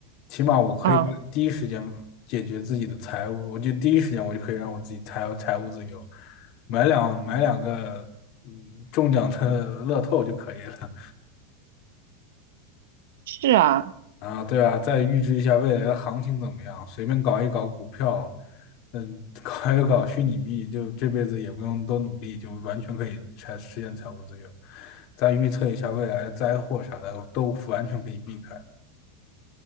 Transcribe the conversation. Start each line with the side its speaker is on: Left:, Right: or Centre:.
Left: 起码我可以第一时间解决自己的财务，
Right: 嗯，
Left: 我就第一时间我就可以让我自己财财务自由，买两买两个嗯中奖的乐透就可以了。
Right: 是啊。
Left: 啊，对啊，再预知一下未来的行情怎么样，随便搞一搞股票，嗯，<laughs> 搞一搞虚拟币，就这辈子也不用多努力，就完全可以财实现财务自由。再预测一下未来的灾祸啥的，都完全可以避开。